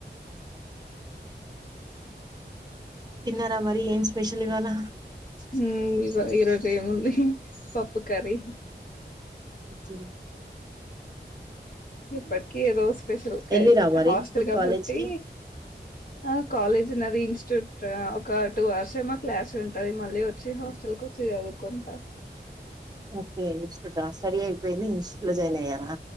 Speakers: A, on the right; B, on the left.
A: తిన్నారా మరి ఏమ్ స్పెషల్ ఇవాల.
B: ఉమ్ ఇవ ఈ రోజు ఏముంది పప్పు కర్రీ.
A: ఒకే.
B: ఎప్పటికీ ఏదోస్ స్పెషల్ కైప్
A: ఎల్లిరా మరి
B: హాస్టల్ కాబట్టి
A: కాలేజ్ కి
B: ఆ కాలేజ్ ఉన్నది ఇన్స్టిట్యూట్ ఒక టూ అవర్స్ ఏమో క్లాస్ ఉంటది మళ్ళీ వచ్చి హాస్టల్ కి వచ్చి చదువుకుంట
A: ఓకే ఇన్స్టిట్యూట్ ఆ స్టడీ అయి పోయింది ఇన్స్ట్యూట్ లో జయిన్ అయ్యారా